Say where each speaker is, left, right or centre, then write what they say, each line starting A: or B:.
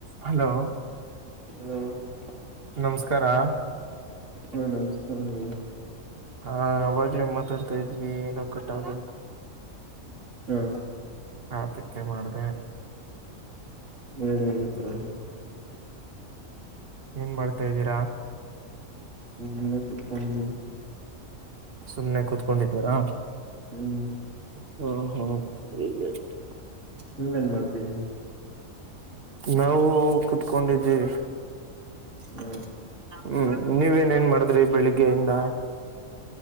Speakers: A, on the right; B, on the right.
A: ಹಲೋ
B: ಹ
A: ನಮಸ್ಕಾರಾ
B: ಹಾ ನಮಸ್ಕಾರ ಹೇಳದ
A: ಹಾ ಅವಡ್ಲೆೇ ಮಾತಾಡ್ತಾ ಇದ್ವಿ ಏನೋ ಕಟ್ಟ ಆಾಗು
B: ಹ್ಮ್.
A: ಅದಕೆ ಮಾಡದೇ.
B: ಹೇಳಿ ಹೇಳಿ ಪರವಾಗಿಲ.
A: ಏನ್ ಮಾಡ್ತಾ್ದೀರಾ.
B: ಏನ ಇಲ್ಲ ಕೂತ ಕೂತಕೊಂಡ ಇದೀನಿ.
A: ಸುಮ್ನೆ ಕುೂತ್ಕೊಂಡಿದ್ದೀರಾ.
B: ಹ್ಮ್.
A: ಹ್ಮ ಹಾ <unintelligible>
B: ನೀವೇನ್ ಮಾಡ್ತಿದೀರ.
A: ನಾವು ಕುತ್ಕೊಂಡಿದ್ದೀವಿ.
B: ಹ್ಮ್
A: ಹ್ಮ್ ನೀವೇನ ಏನ್ ಮಾಡಿದ್ರಿ ಬೆಳಿಗ್ಗೆಯಿಂದ.